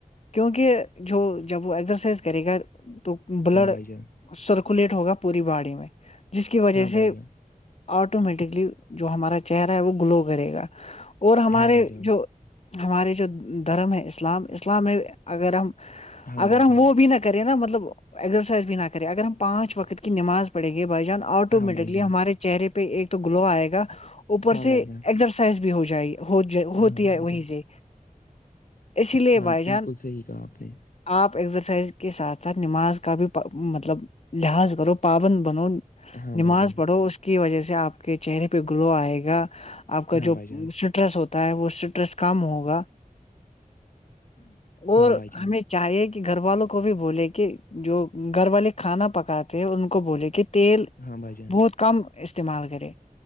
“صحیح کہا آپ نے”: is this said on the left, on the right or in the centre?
Left